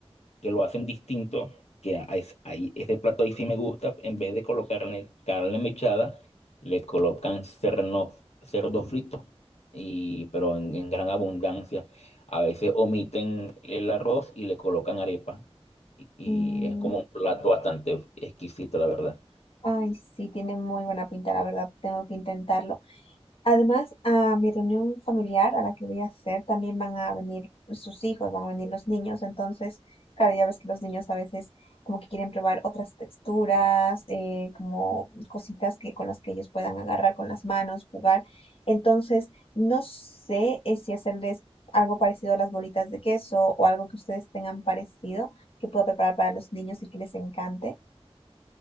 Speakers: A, on the left (about 85°); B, on the left (about 60°).
A: que lo hacen distinto, que a- es- ahí, ese plato ahí sí me gusta, en vez de colocarle carne mechada, le colocan cerno- cerdo frito, y, pero en, en gran abundancia. A veces omiten el arroz y le colocan arepa, y, y
B: mm,
A: es como un plato bastante exquisito, la verdad.
B: Ay, sí, tiene muy buena pinta, la verdad, tengo que intentarlo. Además, a mi reunión familiar a la que voy a hacer también van a venir sus hijos, van a venir los niños, entonces, claro, ya ves que los niños a veces como que quieren probar otras texturas, eh, como cositas que con las que ellos puedan agarrar con las manos, jugar. Entonces, no sé eh, si hacerles algo parecido a las bolitas de queso o algo que ustedes tengan parecido que pueda preparar para los niños y que les encante.